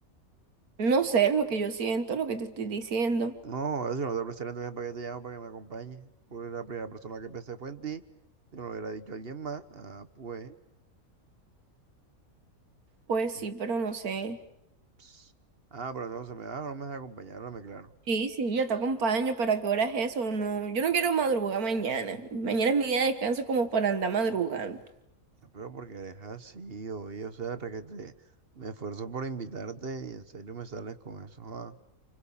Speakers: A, on the right; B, on the right.
A: No sé lo que yo siento, lo que te estoy diciendo.
B: No, ahora si no te aprecio entonces para qué te llamo para que me acompañes. Pues la primera persona que pensé fue en ti, si no lo hubiera dicho alguien más, ah, pues.
A: Pues
B: mm,
A: sí, pero no sé.
B: ps. Ah, pero entonces me vas o no me vas a acompañar, háblame claro.
A: Sí, sí, yo te acompaño, pero ¿a qué hora es eso? No, yo no quiero madrugar mañana. Mañana es mi día de descanso como para andar madrugando.
B: Pero porque eres así, oye, o sea, requete, me esfuerzo por invitarte y en serio me sales con eso. ah.